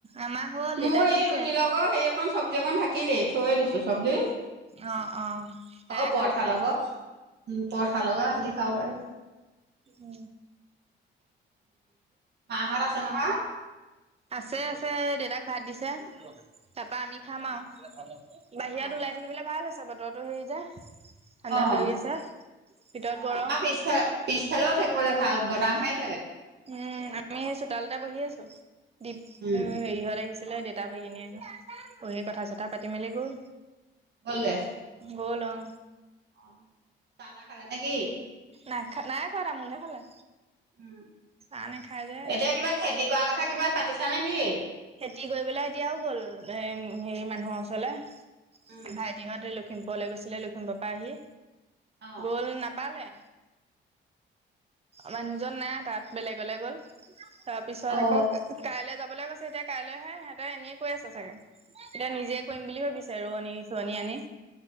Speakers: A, on the right (about 30°); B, on the right (about 60°).
A: আমাৰ হ'ল দেউতাক
B: মোৰ এই
A: দিছে।
B: ৰুটিৰ লগৰ হেৰি অক চব্জি অকন থাকিলেই থৈয়ে দিছো চব্জি অ
A: অ', অ', সেয়াই
B: অ
A: খাব
B: পৰঠা
A: পাৰিব
B: লগত উম পৰঠা লগা সিহঁতি খাব পাৰি
A: উ
B: মাহঁত আছে নহয়।
A: আছে আছে দেউতাক ভাত দিছো প আমি খাম
B: অ
A: আৰু বাহিৰত
B: অ
A: ওলাই থাকিবলৈ ভাল আ হৈছে বতৰটো হেৰি যে ঠাণ্ডা
B: অ
A: প আছে ভিতৰত
B: অ
A: গৰম
B: আমাৰ পিছফা পিছফালেও থাকিবলৈ ভাল বতাহ মাৰত
A: উম আমি চোতাল এটা বহি আছো দপ
B: উম
A: হেৰিহত আহিছো ছিলে দেউতা ভাইকিনীয়ে পঢ়ি কথা চথা পাতি মেলি গ'ল
B: গল গায়
A: গোলম
B: অ চাদা খালা নেকি
A: নাইা নাই কৰাোৱা তামোলহ খালে
B: উম
A: চাহ নাখায় যে
B: এতিয়া
A: ৰাতি
B: কিবা খেতি কৰাৰ কথা কিবা পাতিছা নেকি
A: খেতি কৰি পেলাই এতিয়াও গ'ল এ হেৰি মানুহৰ ওচৰলে
B: উম
A: ভাইটিহঁতে লখিমপুৰলৈ গৈছিলে লখিমপুৰৰ পৰা আহি
B: অ
A: গ'ল নাপালে মানুহজন নাই তাত বেলেগলৈ গ'ল তাৰপিছত
B: অ
A: আকৌ কাইলৈ যাবলৈ কৈছে এতিয়া কাইলৈহে সিহঁতে এনেিয়ে কৈ আছে চাগে এতিয়া নিজে কৰিম বুলি ভাবিছে ৰোৱনী চোৱনিী আনি